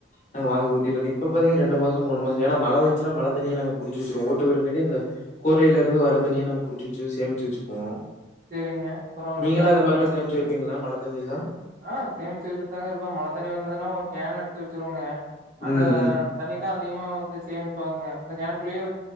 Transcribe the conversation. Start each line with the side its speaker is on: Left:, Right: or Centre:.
Left: நாங்க வாங்கி ஊத்திய தண்ணி இப்ப பாத்தீங்கன்னா ரெண்டு மாசம் மூணு மாசம் ஏன மழ பெஞ்சிச்சின்னா மழ தண்ணிய நாங்க புடிச்சு வச்சுருவோம் ஒ ட்டு வீடுங்காட்டி இந்த கூரையில இருந்து வர தண்ணிய நாங்க புடிச்சு வச்சு சேமிச்சு வச்சிப்போம்
Right: சேரிங்க பரவாயில்லைங்க
Left: நீங்களாம்
Right: நல்லதுதா
Left: அந்த மாரிலாம் சேமிச்சு வைப்பீங்களா மழ தண்ணிலா
Right: ஆ சேமிச்சு வெச்சுட்டுதாங்க இருக்கோ மழ தண்னி வந்ததுனா ஒரு கேன் எடுத்து வெச்சிருவோங்க அங்க
Left: ம், ம்.
Right: தண்ணி தா அதிகமா வந்து சேமிப்பாங்க அந்த கேன்குள்ளயே